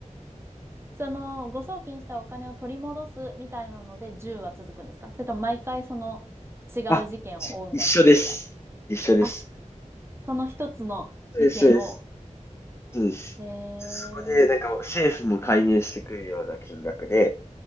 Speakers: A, on the right (about 20°); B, on the left (about 20°).
A: その、誤送金したお金を取り戻すみたいなので10は続くんですかそれとも毎回その違う事件を追うみたいな感じですか
B: あ、ち一緒です。一緒です。
A: あ、その一つの事件を。
B: そうです、そうです。そうです。でそこで、
A: えー、
B: なんか政府も介入してくるような金額で、